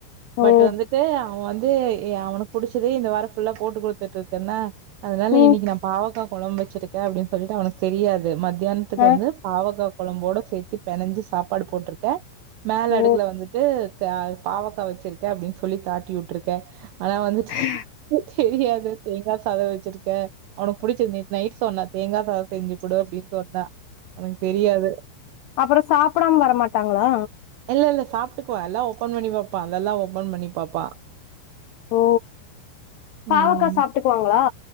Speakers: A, on the right; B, on the left.
A: பட்
B: ஓ
A: வந்துட்டு அவன் வந்து எ அவனுக்கு புடிச்சதே இந்த வாரம் ஃபுல்லா போட்டு குடுத்துட்டு இருக்கனா அதனால
B: ம்
A: இன்னிக்கு நா பாவக்கா குழம்பு வச்சிருக்கே அப்டின் சொல்லிட்டு அவனுக்கு தெரியாது மதியான் துக்கு
B: ஆ
A: வந்து பாவக்கா குழம்போட சேர்த்து பெனஞ்சி சாப்பாடு போட்டிருக்கே மேல
B: ஓ
A: அடுக்கல வந்து ஏ க பாவக்கா வச்சிருக்க அப்டின் சொல்லி தாட்டி விட்டுருக்கே ஆனா வந்து
B: ஹ
A: தெரியாது தேங்கா சாதோ வச்சிருக்கே அவனுக்கு புடிச்ச நேத் நைட் சொன்னா தேங்கா சாதோ செஞ்சு கொடு அப்டின்னு சொன்னா அவனுக்கு தெரியாது
B: அப்புறம் சாப்புடாம வரமாட்டாங்களா
A: இல்ல இல்ல சாப்ட்டுக்குவா எல்லா ஓபன் பண்ணி வப்பா அதெல்லா ஓப்பன் பண்ணி பாப்பா
B: ஓ பாவக்கா
A: ம்
B: சாப்ட்டுக்குவாங்களா